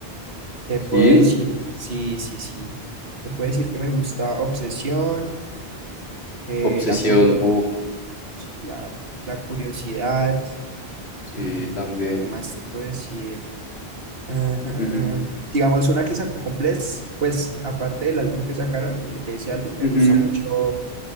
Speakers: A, on the right; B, on the left.
A: Te
B: ¿Sí?
A: puedo decir, sí, sí, sí. Te puedo decir que me gusta Obsesión, eh,
B: Obsesión.
A: la curio-
B: Uf.
A: claro, la curiosidad.
B: Sí,
A: mm,
B: también.
A: ¿qué más te puedo decir? Eh, eh,
B: Ujú,
A: eh, digamos una que sacó con Bless, pues aparte del álbum que sacaron, de ese álbum me
B: ujú.
A: gusta mucho,